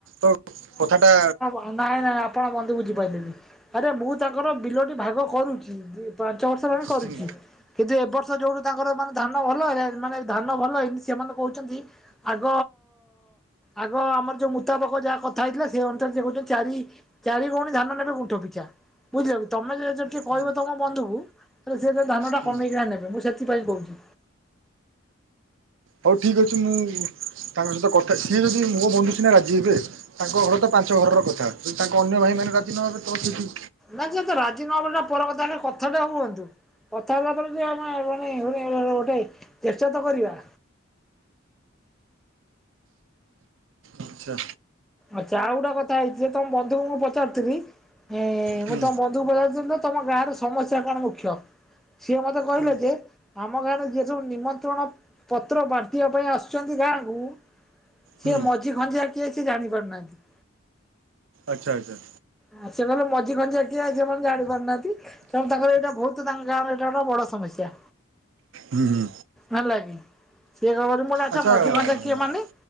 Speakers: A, on the right; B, in the centre.
A: ତ କଥାଟା
B: ହଁ ନାଇଁ ନାଇଁ ଆପଣ ବନ୍ଧୁ ବୁଝିପାରିଲେନି। ଆରେ ମୁଁ ତାଙ୍କର ବିଲଟି ଭାଗ କରୁଚି ପାଞ୍ଚ ବର୍ଷ ହେଲାଣି। କରୁଚି
A: ହୁଁ
B: କିନ୍ତୁ ଏବ ବର୍ଷ ଯୋଉଠୁ ତାଙ୍କର ମାନେ ଧାନ ଭଲ ହେଲା ମାନେ ଧାନ ଭଲ ହେଇନି ସେମାନେ କହୁଚନ୍ତି ଆଗ ଆଗ ଆମର ଯୋଉ ମୁତାବକ ଯାହା କଥା ହେଇଥିଲା ସେଇ ଅନୁସାରେ କହୁଛନ୍ତି ଚାରି ଚାରି ଗଉଣୀ ଧାନ ନେବେ କୁଣ୍ଠ ପିଛା ବୁଝିଲ କି ତମେ ଯ ଟିକେ କହିବ
A: ହୁଁ
B: ତମ ବନ୍ଧୁକୁ ହେଲେ ସେ ତ ଧାନ ଟା
A: ହୁଁ
B: କମେଇକିନା ନେବେ ମୁଁ ସେଥିପାଇଁ କହୁଚି।
A: ହଉ ଠିକ୍ ଅଛି ମୁଁ ତାଙ୍କ ସହିତ କଥା ସିଏ ଯଦି ମୋ ବନ୍ଧୁ ସିନା ରାଜି ହେବେ ତାଙ୍କ ଘର ତ ପାଞ୍ଚ ଘରର କଥା। ଯଦି ତାଙ୍କ ଅନ୍ୟ ଭାଇ ମାନେ ରାଜି ନ ହେବେ ତ ସେଇଠି
B: ନାଇଁ ସେ ତ ରାଜି ନ ହେବା ଟା ପର କଥା <unintelligible> କଥାଟା ହୁହନ୍ତୁ। କଥା ହେଲା ପରେ ଜଣେ ଜଣେ ଜଣେ <unintelligible> ଗୋଟେ ଚେଷ୍ଟା ତ କରିବା।
A: ଆଚ୍ଛା
B: ଆଚ୍ଛା ଆଉ ଗୋଟେ କଥା ହେଇଚି ଯେ ତମ ବନ୍ଧୁଙ୍କୁ ମୁଁ ପଚାରୁଥିଲି ହେଁ
A: ହୁଁ
B: ମୁଁ ତମ ବନ୍ଧୁଙ୍କୁ ପଚାରୁଥିଲି ତ ତମ ଗାଁ ରେ ସମସ୍ୟା କଣ ମୁଖ୍ୟ। ସିଏ ମୋତେ କହିଲେ
A: ହୁଁ
B: ଯେ ଆମ ଗାଁରେ ଯିଏ ସବୁ ନିମନ୍ତ୍ରଣ ପତ୍ର ବାଣ୍ଟିବା ପାଇଁ ଆସୁଚନ୍ତି ଗାଁକୁ ସିଏ
A: ହୁଁ
B: ମଝି ଖଞ୍ଜିଆ କିଏ ସେ ଜାଣି ପାରୁନାହାନ୍ତି।
A: ଆଚ୍ଛା ଆଚ୍ଛା।
B: ଆ ସେମାନେ ମଝି ଖଞ୍ଜିଆ କିଏ ସେମାନେ ଜାଣି ପାରୁନାହାନ୍ତି। ତେଣୁ ତାଙ୍କର ଏଇଟା ବହୁତ ତାଙ୍କ ଗାଁର ଏଇଟା ଗୋଟେ ବଡ ସମସ୍ୟା
A: ହୁଁ ହୁଁ
B: ହେଲା କିି ସିଏ କ ମୁଁଛା
A: ଆଚ୍ଛା
B: <inaudible> ମଝି
A: ଆଚ୍ଛା
B: କଞ୍ଚା କିଏ ମାନେ